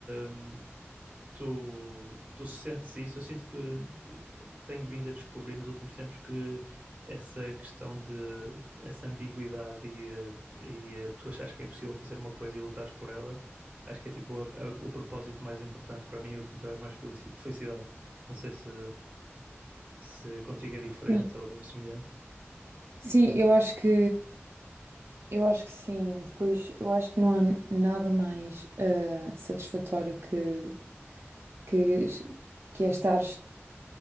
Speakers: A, on the right (about 30°); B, on the right (about 65°).
A: hum, Tu, tu sentes isso? Eu sinto que tenho vindo a descobrir nos últimos tempos que essa questão de essa ambiguidade e, eh, e, eh, tu achas que é impossível fazer uma coisa e lutares por ela, acho que é tipo a- a- o propósito mais importante para mim e o que me traz mais felici- felicidade. Não sei se, se contigo é diferente
B: Sim,
A: ou semelhante.
B: Sim, eu acho que eu acho que sim. E depois eu acho que não há nada mais ah, satisfatório que, que, que é estar